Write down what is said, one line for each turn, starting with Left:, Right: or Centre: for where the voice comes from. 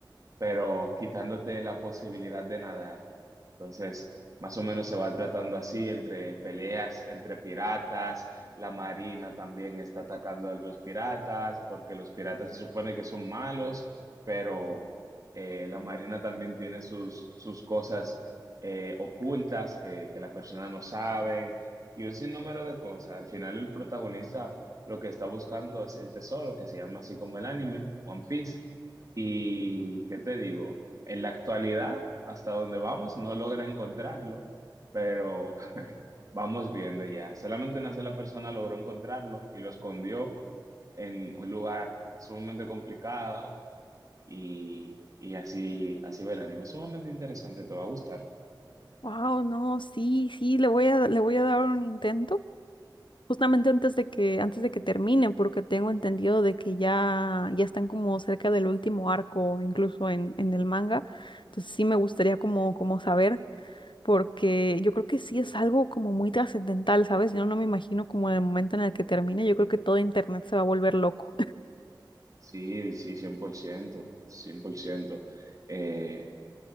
Right: pero quitándote la posibilidad de nadar. Entonces, más o menos se va tratando así, entre peleas, entre piratas, la marina también está atacando a los piratas, porque los piratas se supone que son malos, pero eh, la marina también tiene sus, sus cosas eh, ocultas que, que la persona no saben, y un sinnúmero de cosas. Al final el protagonista lo que está buscando es el tesoro, que se llama así como el anime, One Piece. Y, ¿qué te digo? En la actualidad, hasta donde vamos, no logra encontrarlo, pero <laughs> vamos viendo ya. Solamente una sola persona logró encontrarlo y lo escondió en un lugar sumamente complicado y, y así, así va el anime. Es sumamente interesante, te va a gustar.
Left: Wow, no, sí, sí, le voy a, le voy a dar un intento. Justamente antes de que, antes de que termine, porque tengo entendido de que ya, ya están como cerca del último arco, incluso en, en el manga. Entonces sí me gustaría como, como saber, porque yo creo que sí es algo como muy trascendental, ¿sabes? Yo no me imagino como el momento en el que termine, yo creo que todo internet se va a volver loco.
Right: Sí, sí, 100%, 100%. Eh,